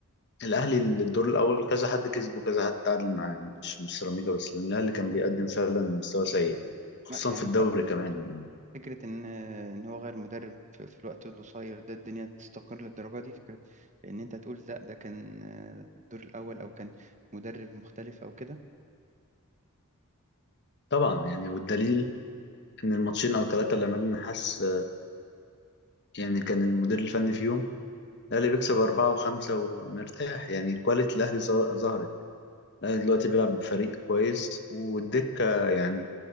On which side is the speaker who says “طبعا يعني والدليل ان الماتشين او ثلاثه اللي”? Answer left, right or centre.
Left